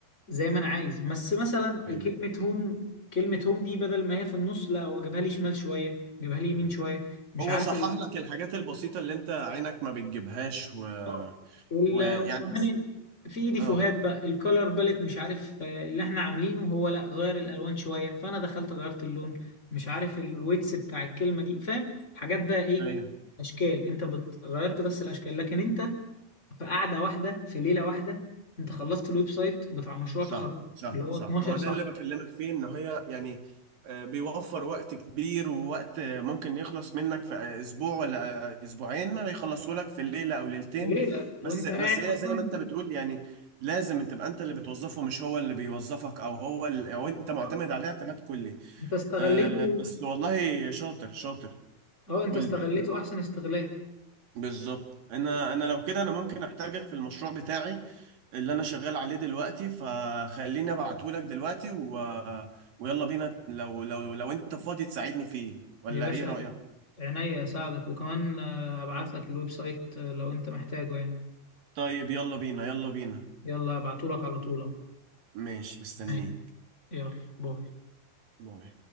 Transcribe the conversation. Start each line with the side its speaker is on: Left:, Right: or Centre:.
Left: زي ما انا عايز بس مثلا
Right: ايوه
Left: كلمه هوم كلمه هوم دي بدل ما هي في النص لا هو جابها لي شمال شويه جابها لي يمين
Right: فهمت.
Left: شويه مش
Right: هو
Left: عارف
Right: صحح لك الحاجات البسيطه اللي انت عينك ما بتجيبهاش و...
Left: آه. وال-
Right: ويعني
Left: وكمان
Right: بس
Left: في ديفوهات
Right: اه
Left: بقى الكولر باليت مش عارف آه، اللي احنا عاملينه هو لا غير الالوان شويه فانا دخلت غيرت اللون مش عارف الويتس بتاع الكلمه دي فاهم حاجات بقى ايه
Right: ايوه
Left: اشكال انت بت... غيرت بس الاشكال لكن انت في قعده واحده في ليله واحده انت خلصت الويب سايت بتاع مشروع
Right: صح
Left: تخرج
Right: صح
Left: اللي هو
Right: صح
Left: 12
Right: ما هو ده
Left: صفحه
Right: اللي بكلمك فيه ان هي يعني آه، بيوفر وقت كبير ووقت آه، ممكن يخلص منك في آه، اسبوع ولا آه، اسبوعين ما بيخلصوا لك في ليله او ليلتين
Left: في ليله
Right: بس
Left: وانت
Right: بس
Left: قاعد
Right: هي
Left: اصلا
Right: زي ما انت بتقول يعني لازم تبقى انت اللي بتوظفه مش هو اللي بيوظفك او هو اللي او انت معتمد
Left: آه،
Right: عليه اعتماد كلي
Left: انت استغليته
Right: آه، بس والله شاطر شاطر
Left: اه انت
Right: قول
Left: استغليته
Right: لي
Left: احسن استغلال
Right: بالظبط انا انا لو كده انا ممكن احتاجك في المشروع بتاعي اللي انا شغال عليه دلوقتي فخليني ابعتهولك دلوقتي و... ويلا بينا لو لو لو انت فاضي تساعدني فيه ولا
Left: يا باشا
Right: ايه رأيك
Left: عينيا اساعدك وكمان آه، هبعت لك الويب سايت آه، لو انت محتاجه يعني
Right: طيب يلا بينا يلا بينا
Left: يلا هبعته لك على طول أهو.
Right: ماشي مستنيك
Left: ماشي يلا باي
Right: باي